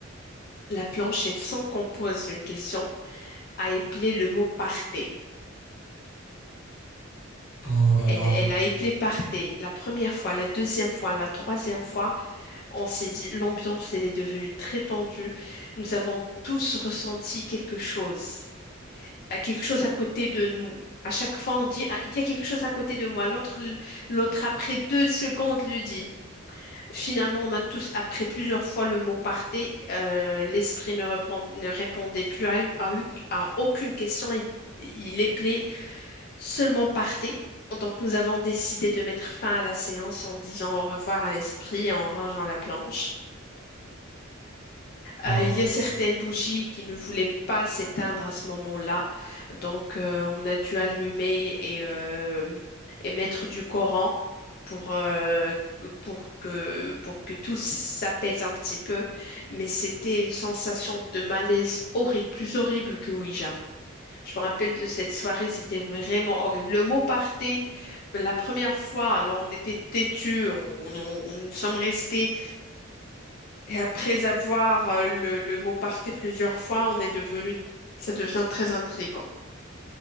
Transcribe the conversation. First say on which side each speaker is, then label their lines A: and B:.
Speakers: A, on the left; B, on the left.
A: la planchette, sans qu'on pose une question, a éplé le mot partez.
B: Oh là
A: Elle,
B: là.
A: elle a éplé partez la première fois, la deuxième fois, la troisième fois. On s'est dit, l'ambiance, elle est devenue très tendue. Nous avons tous ressenti quelque chose à quelque chose à côté de nous. À chaque fois, on dit, Ah, il y a quelque chose à côté de moi. L'autre, l'autre, après deux secondes, le dit. Finalement, on a tous, après plusieurs fois le mot partez, euh, l'esprit ne, répond- ne répondait plus à, à eu- à aucune question. Il, il appelait seulement partez. Donc, nous avons décidé de mettre fin à la séance en disant au revoir à l'esprit et en rangeant la planche. Euh,
B: Oh,
A: il y a certaines bougies qui ne voulaient pas s'éteindre à ce moment-là, donc euh, on a dû allumer et, euh, et mettre du Coran pour, euh, que- pour que, pour que tout s'apaise un petit peu. Mais c'était une sensation de malaise horrible, plus horrible que Ouija. Je me rappelle de cette soirée, c'était vraiment horrible. Le mot party, la première fois, alors on était têtus, on, on, on nous sommes restés et après avoir euh, le, le mot parté plusieurs fois, on est devenu, ça devient très intriguant.